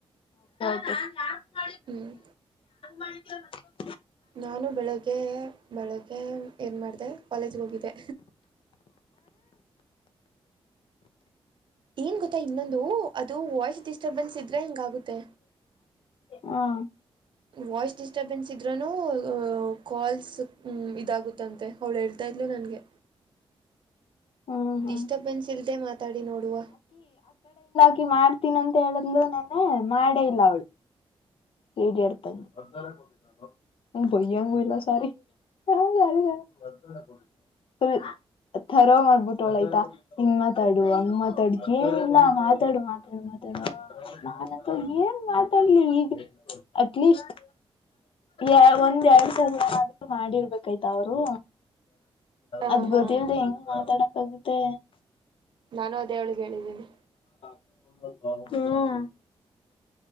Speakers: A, on the left (about 65°); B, on the right (about 55°).
A: ಹಾ ಹ <unintelligible>
B: ಹ್ಮ್
A: <unintelligible>
B: ನಾನು ಬೆಳೆದ ಕೆ ಬೇಳಗ್ ಬೆಳಗೆ ಏನ್ ಮಾಡಿದೆ ಕಾಲೇಜ್ಗೆ ಹೋಗಿದ್ದೆ ಏನ್ ಗೊತ್ತಾ ಇನ್ನೊಂದು ಅದು ವಾಯ್ಸ್ ಡಿಸ್ಟರ್ಬನ್ಸ್ ಇದ್ರೆ ಹೆಂಗಾಗುತ್ತೆ
A: ಹಾ
B: ವಾಯ್ಸ್ ಡಿಸ್ಟರ್ಬೆನ್ಸ್ ಇದ್ರೂ ಕಾಲ್ಸ್ ಇದಾಗುತ್ತಂತೆ ಅವಳು ಹೇಳ್ತಾ ಇದ್ಲು ನನಗೆ
A: ಹ್ಮ್ ಹ್ಮ್
B: ಡಿಸ್ಟರ್ಬೆನ್ಸ್ ಇಲ್ದೆ ಮಾತಾಡಿ ನೋಡುವ
A: ಹಾಕಿ ಮಾಡ್ತೀನಿ ಅಂತ ಹೇಳದ್ಲು ನನ್ನೆ ಮಾಡೇ ಇಲ್ಲ ಅವ್ಳು ಇಡಿಯಾಟ್ <unintelligible> ಉ ಗುದಿಯಂಗು ಎಲ್ಲಾ ಸಾರಿ <unintelligible> ಫುಲ್ ತರೋ ಆಗ್ಬುಟ್ಟವ್ಳ್ ಆಯ್ತಾ ಇಂಗ್ ಮಾತಾಡು ಅಂಗ್ ಮಾತಾಡು ಏನಿಲ್ಲ ಮಾತಾಡು ಮಾತಾಡು ಮಾತಾಡು ನಾನಂತೂ ಏನ್ ಮಾತಾಡ್ಲಿ ಈಗ್ ಅಟ್ಲೀಸ್ಟ್, ಏ ಒಂದ್ ಎರ್ಡ್ ಸರಿ <unintelligible> ಆದ್ರೂ ಮಾಡಿರ್ಬೇಕಾಯ್ತ್ ಅವರೂ
B: ಹಾಂ
A: ಅದ್
B: ಹಾಂ
A: ಗೊತಿಲ್ದೆ ಹೆಂಗ್ ಮಾತಾಡ ಮತ್ತೆ
B: ನಾನು ಅದೇ ಅವಳ್ಗ್ ಹೇಳಿದ್ದೀನಿ.
A: ಹ್ಮುಅ.